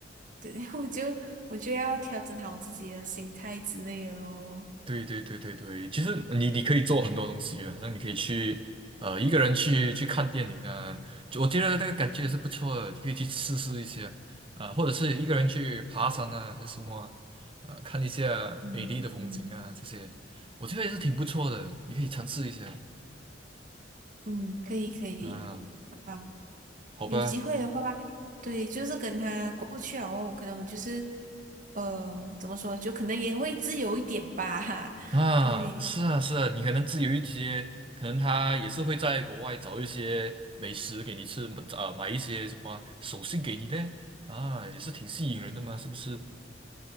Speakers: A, on the right (about 45°); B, on the right (about 30°).
A: 对，<laughs> 我就我就要调整好我自己的心态之类的咯。
B: 对对对对对，其实你你可以做很多东西啊，好像你可以去呃一个人去去看电影啊，就我觉得那个感觉也是不错的，你可以去试试一下啊、呃或者是一个人去爬山啊，还是什么啊，呃看一下美丽的风景啊这些，
A: 嗯嗯
B: 我觉得也是挺不错的，你可以尝试一下
A: 嗯，可以可以，
B: 啊，
A: 好，
B: 好吧。
A: 有机会的话，对，就是跟他过去哦，可能我就是，呃，怎么说，就可能也会自由一点吧，<laughs> 哈，
B: 啊，
A: 对，
B: 是啊，是啊，你可能自由一些，可能他也是会在国外找一些美食给你吃，啊、买一些什么手信给你呢？啊，也是挺吸引人的嘛，是不是？